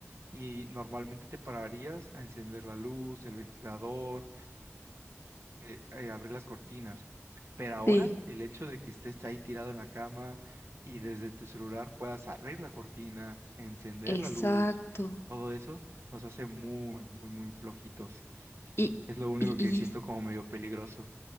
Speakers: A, on the right; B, on the left.
A: y normalmente te pararías a encender la luz, el ventilador eh, eh, abrir las cortinas. Pero ahora
B: sí,
A: el hecho de que estés ahí tirado en la cama y desde tu celular puedas abrir la cortina, encender
B: exacto.
A: la luz, todo eso nos hace muy, muy, muy flojitos.
B: Y,
A: Es lo único
B: y, y
A: que siento como medio peligroso.